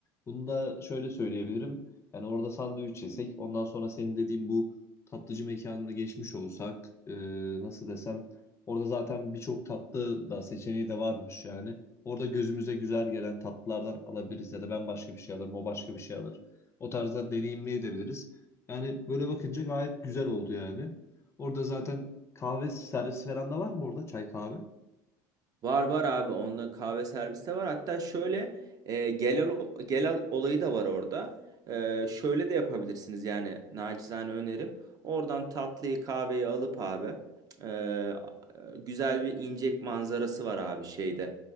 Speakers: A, on the left; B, on the right.
A: Bunu da şöyle söyleyebilirim. Yani orada sandviç yesek ondan sonra senin dediğin bu tatlıcı mekanına geçmiş olsak e, nasıl desem Orada zaten birçok tatlı da seçeneği de varmış yani. Orada gözümüze güzel gelen tatlılardan alabiliriz ya da ben başka bir şey alırım, o başka bir şey alır. O tarzda deneyimleyebiliriz. Yani böyle bakınca gayet güzel oldu yani. Orada zaten kahve servis falan da var mı orada? Çay kahve?
B: Var var abi onda kahve servisi de var. Hatta şöyle e, gelal, gelal olayı da var orada. E, şöyle de yapabilirsiniz yani nacizane önerim. Oradan tatlıyı kahveyi alıp abi e, güzel bir incek manzarası var abi şeyde.